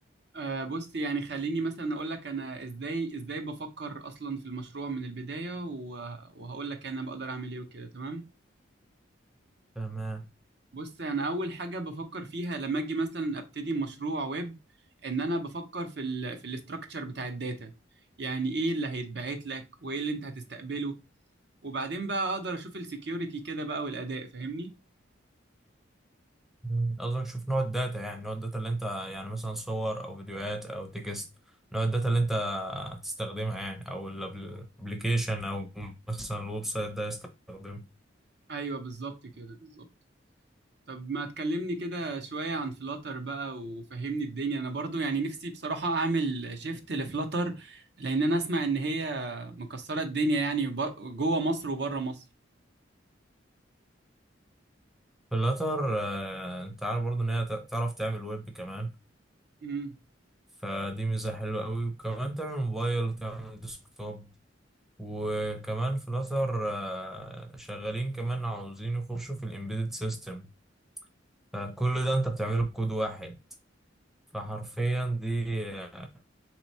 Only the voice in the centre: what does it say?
تمام
مم. قصدك شوف نوع الداتا يعني نوع الداتا اللي انت يعني مثلا صور او فيديوهات او تكست نوع الداتا اللي انت هتستخدمها يعني او الابلكيشن او مثلا الويب سايت ده يستخدمه
في الاخر آه، انت عارف برضه ان هي ت- تعرف تعمل ويب كمان
فدي ميزة حلوة قوي وكمان تعمل موبايل وتعمل ديسكتوب وكمان فلاتر آه، شغالين كمان عاوزين يخشوا في الامبيدد سيستم فكل ده انت بتعمله بكود واحد فحرفيا دي آه،